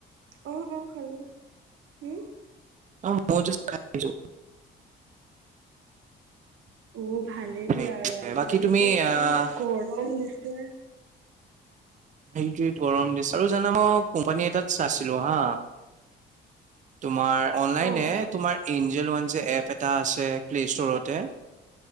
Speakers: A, on the right (about 80°); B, on the right (about 40°).
A: অ অ খালো হুউম
B: অ, মইয়ো জাষ্ট খাই আহিছোঁ।
A: উম ভালেই দিয়া
B: আহিছো
A: আৰু। আজিকালিটো
B: বাকী তুমি আহ
A: ইমান গৰম দিছে
B: সেইটোৱেইট গৰম দিছে। আৰু জানা মই কোম্পানী এটাত চাইছিলো হা। তোমাৰ অনলাইনে
A: অ
B: তোমাৰ এঞ্জেল ওৱান যে এপচ এটা আছে, প্লে ষ্ট'ৰতে।